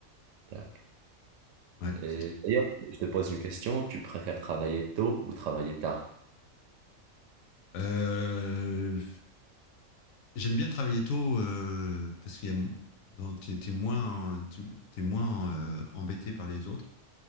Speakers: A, on the right; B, on the left.
A: Tac.
B: Ouais,
A: Et
B: c'est sûr.
A: D'ailleurs, je te pose une question, tu préfères travailler tôt ou travailler tard?
B: euh, J'aime bien travailler tôt euh, parce que tu t'es t'es moins, t'es t'es moins euh, embêté par les autres.